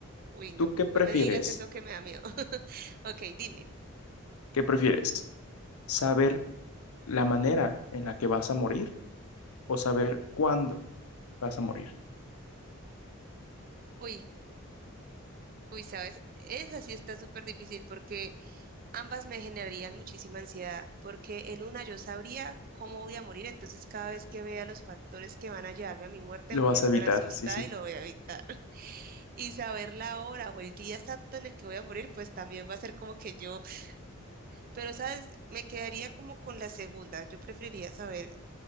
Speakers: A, on the right; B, on the left.
A: Uy, no,
B: ¿Tú qué prefieres?
A: no me digas eso que me da miedo. <laughs> Ok, dime.
B: ¿Qué prefieres? ¿Saber la manera en la que vas a morir? o saber cuándo vas a morir.
A: Uy, uy, ¿sabes? Esa sí está súper difícil porque ambas me generarían muchísima ansiedad, porque en una yo sabría cómo voy a morir, entonces cada vez que vea los factores que van a llevarme a mi muerte
B: Lo
A: voy
B: vas
A: a estar
B: a evitar,
A: asustada
B: sí, sí.
A: y lo voy a evitar. <laughs> Y saber la hora o el día exacto en el que voy a morir, pues también va a ser como que yo, pero, ¿sabes? Me quedaría como con la segunda. Yo preferiría saber